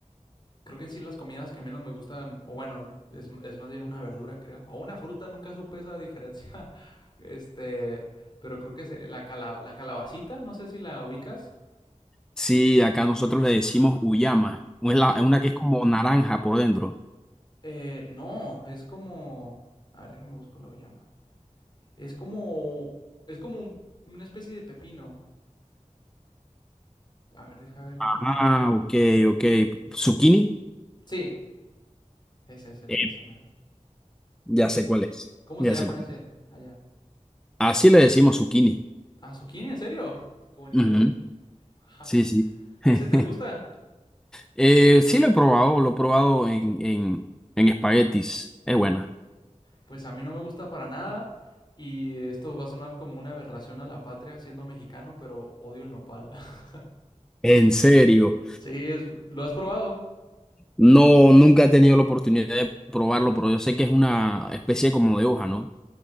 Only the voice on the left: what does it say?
Creo que en sí las comidas que menos me gustan, o bueno, es, es más bien una verdura, creo. O una fruta, nunca supe esa diferencia. <laughs> Este, pero creo que sería la, cala- la calabacita, no sé si la ubicas.
Uy,
eh, no, es como... A ver, déjame buscar la llama. Es como... Es como un- una especie de pepino. A ver, deja ver cómo...
Sí, ese es el...
Ese mero.
Ese
es.
¿Cómo
se llama
ese?
Allá.
Ah, zucchini, ¿en serio? Como en
inglés. <laughs>
¿Ese te gusta?
pues a mí no me gusta para nada y esto va a sonar como una aberración a la patria siendo mexicano, pero odio el nopal. <laughs>
sí, es, ¿lo has probado?